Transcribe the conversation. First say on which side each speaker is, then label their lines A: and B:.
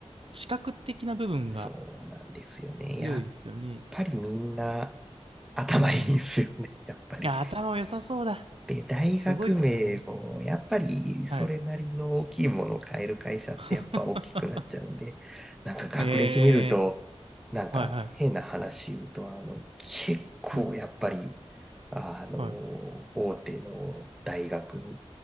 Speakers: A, on the right (about 55°); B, in the centre.
A: 視覚的な部分が
B: そうなんですよね。
A: 強いですよね。
B: やっぱりみんな頭いいんですよね、
A: うん。
B: やっぱり。
A: いや、頭良さそうだ。
B: で、大学名も、
A: すごいっすね。
B: やっぱりそれなりの大きいものを買える会社ってやっぱ大きくなっちゃうんで、
A: はい。<laughs>
B: なんか学歴見ると、
A: え
B: なんか変な話言うと、
A: ー、はいはい。
B: あの、結構やっぱり、
A: はい。
B: あの、
A: はい。
B: 大手の大学